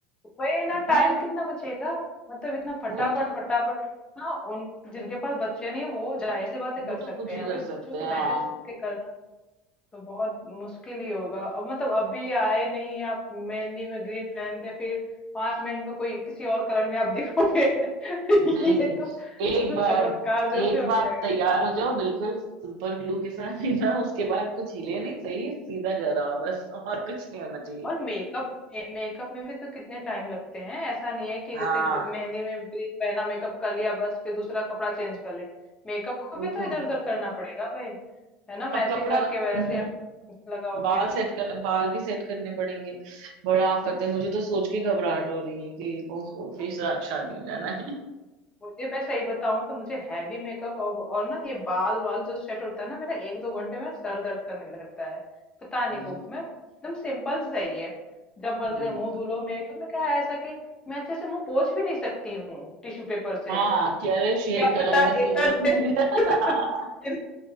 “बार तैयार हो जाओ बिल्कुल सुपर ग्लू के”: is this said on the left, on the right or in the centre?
Right